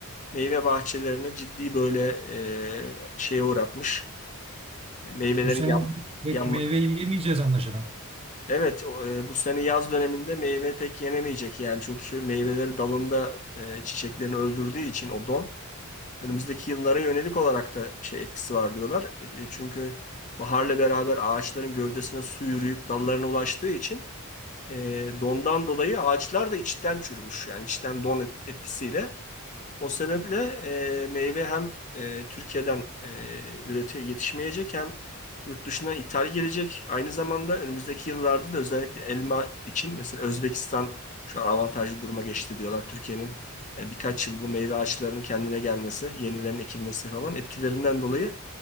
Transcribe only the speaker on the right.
Bu sene
pek
meyve yiyemeyeceğiz anlaşılan.